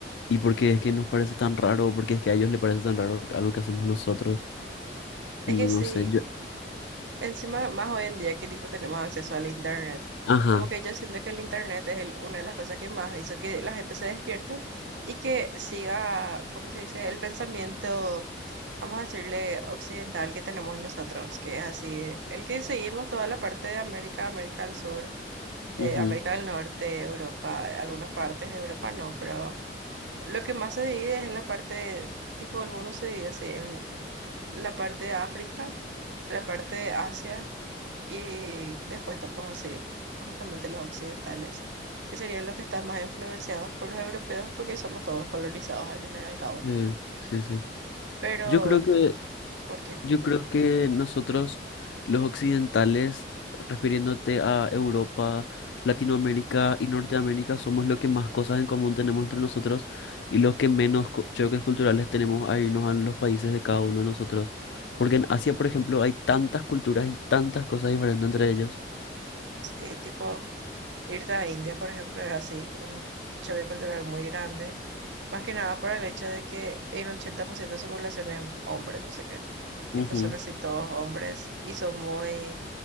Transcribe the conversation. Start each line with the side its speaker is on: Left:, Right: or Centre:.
Left: y porque es que nos parece tan raro, o porque es que a ellos les parece tan raro algo que hacemos nosotros. No
Right: Es que sí,
Left: sé, yo,
Right: encima más hoy en día que tipo tenemos acceso al internet.
Left: Ajá.
Right: Como que yo siento que el internet es el- una de las cosas que más hizo que la gente se despierte y que siga, ¿cómo se dice? El pensamiento, vamos a decirle, occidental que tenemos nosotros, que es así, el que seguimos toda la parte de América, América del Sur eh,
Left: ujú,
Right: América del Norte, Europa, eh, algunas partes de Europa no, pero lo que más se divide es en la parte, tipo el mundo se divide así, en la parte de África, la parte de Asia y después estamos así, justamente los occidentales, que serían los que están más influenciados por los europeos porque somos todos colonizados al final y al cabo.
Left: Sí, sí, sí.
Right: Pero,
Left: Yo creo que,
Right: ¿por qué?
Left: yo creo que nosotros, los occidentales, refiriéndote a Europa, Latinoamérica y Norteamérica, somos los que más cosas en común tenemos entre nosotros y los que menos co- choques culturales tenemos a irnos a los países de cada uno de nosotros. Porque en Asia, por ejemplo, hay tantas culturas y tantas cosas diferentes entre ellos.
Right: Sí, tipo... Irte a India, por ejemplo, es así, un choque cultural muy grande, más que nada por el hecho de que el 80% de su población es hombre, no sé qué, tipo
Left: Ujú,
Right: son así todos hombres y son muy